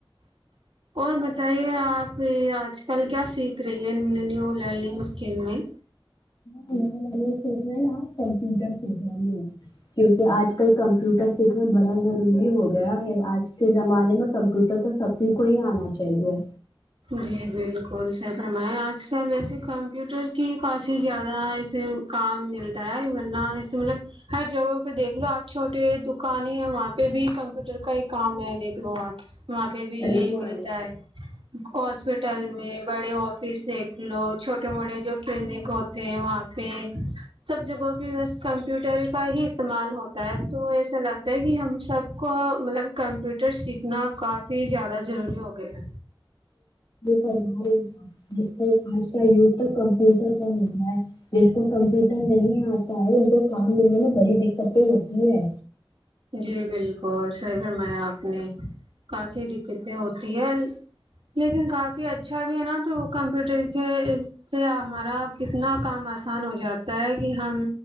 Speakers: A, on the right; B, on the left.
A: <inaudible> اور بتائیے آپ <unintelligible> یہ آج کل کیا سیکھ رہی ہے نیو لرننگ اسکم میں <unintelligible>
B: ہ سوچنا نا کمپیوٹر سیکھ رہ کیونکہ آج کل کمپیوٹر <inaudible> سکن بڑا ضروری ہو گیا ہے <unintelligible> آج کے زمانے میں کمپیوٹر تو سبھی کو ہی آنا چاہیے
A: جی بالکل سح فرما آج کل ویسے کمپیوٹر کی کافی زیادہ ایسے کام ملتا ہے ورنہ اس مطلب ہر جگہوں پہ دیکھ لو آپ چھوٹیے دکانیں ہیں وہاں پہ بھی کمپیوٹر کا ہی کام ہے دیکھ لو آپ وہاں پہ بھی
B: بالکل
A: یہی ملتا ہے ہاسپٹل میں <unintelligible> بڑے آفس دیکھ لو چھوٹے موٹے جو کلینک ہوتے ہیں وہاں پہ سب جگہ پہ بس کمپیوٹر کا ہی استعمال ہوتا ہے تو ایسا لگتا ہے کہ ہم سب کو مطلب کمپیوٹر سیکھنا کافی زیادہ ضروری ہو گیا ہے
B: فم ہوج کل آج کا گ تو کمپیوٹر کا ہو گیا ہے جس کو کمپیوٹر نہیں آتا ہوتا ہے ان کو کام ملنے میںا بڑی دقتیں ہوتی ہے
A: جی بالکل سی فرمایا آپ نے کافی دقتیں ہوتی ہے لیکن کافی اچھا بھی ہے نا تو کمپیوٹر کے اس سے ہمارا کتنا کام آسان ہو جاتا ہے کہ ہم